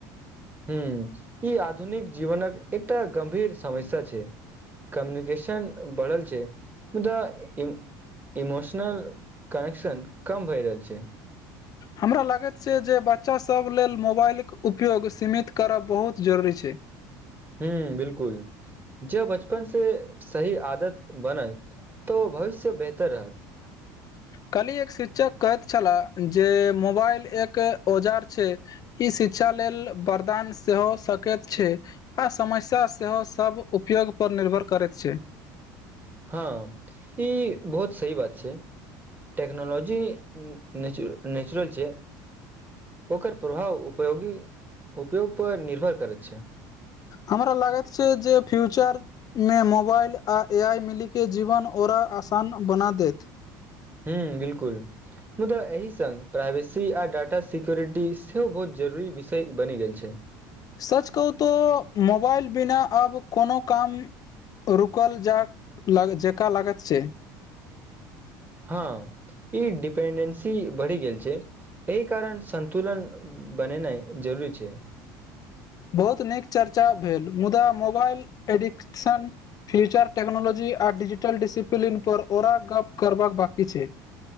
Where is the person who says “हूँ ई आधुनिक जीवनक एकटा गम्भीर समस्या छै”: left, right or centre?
Right